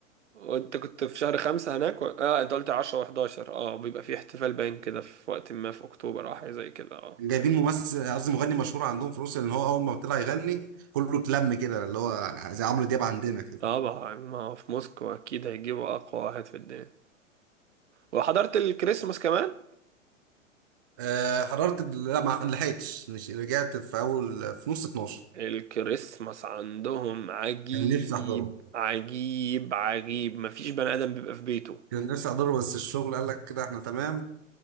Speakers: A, on the right; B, on the right.
A: وانت كنت في شهر خمسة هناك و... اه انت قلت عشرة وحداشر اه بيبقى في احتفال باين كده في وقت ما في اكتوبر او حاجة زي كده اه
B: جايبين ممثل قصدي مغني مشهور عندهم في روسيا لان هو اول ما طلع يغني كله اتلم كده اللي هو زي عمرو دياب عندنا كده
A: طبعا ما هو في موسكو اكيد هيجيبوا اقوى واحد في الدنيا وحضرت الكريسماس كمان
B: أه حضرت ال- لا ما لحقتش مش رجعت في اول في نص 12
A: الكريسماس عندهم عجيب
B: كان نفسي احضره
A: عجيب عجيب مفيش بني ادم بيبقى في بيته
B: كان نفسي احضره بس الشغل قال لك كده احنا تمام